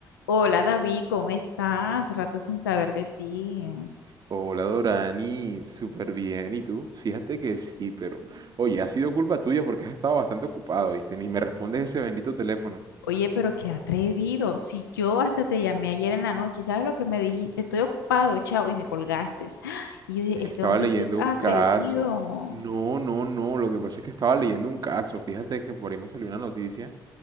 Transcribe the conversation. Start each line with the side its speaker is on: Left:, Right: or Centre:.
Left: Hola David, ¿cómo estás? Rato sin saber de ti.
Right: Hola Dorani, súper bien. ¿Y tú? Fíjate que sí, pero oye, ha sido culpa tuya porque has estado bastante ocupado, ¿viste? Ni me respondes ese bendito teléfono.
Left: Oye, pero qué atrevido. Si yo hasta te llamé ayer en la noche, y ¿sabes lo que me dijiste? Estoy ocupado, chao, y me colgaste. <gasps> Y yo dije,
Right: Es que
Left: este
Right: estaba
Left: hombre
Right: leyendo
Left: sí es atrevido.
Right: un caso. No, no, no. Lo que pasa es que estaba leyendo un caso. Fíjate que por ahí me salió una noticia